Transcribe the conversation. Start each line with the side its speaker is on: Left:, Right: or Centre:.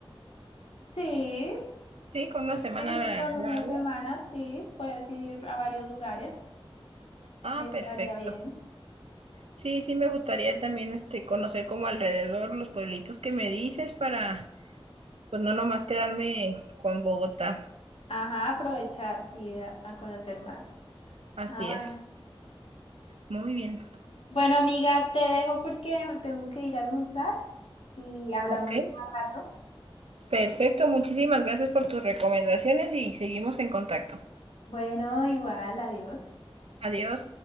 Left: Sí,
Right: Sí, con una semana
Left: sí,
Right: la,
Left: con una
Right: la hago.
Left: semana, sí, puedes ir a varios lugares,
Right: Ah,
Left: estaría
Right: perfecto.
Left: bien.
Right: Sí, sí me gustaría también este conocer como alrededor los pueblitos que me dices para pues no nomás quedarme con Bogotá.
Left: Ajá, aprovechar y a, a conocer más.
Right: Así
Left: Ah, bueno.
Right: es. Muy bien.
Left: Bueno, amiga, te dejo porque tengo que ir a almorzar y hablamos
Right: Ok,
Left: más rato.
Right: perfecto. Muchísimas gracias por tus recomendaciones y seguimos en contacto.
Left: Bueno, igual, adiós.
Right: Adiós.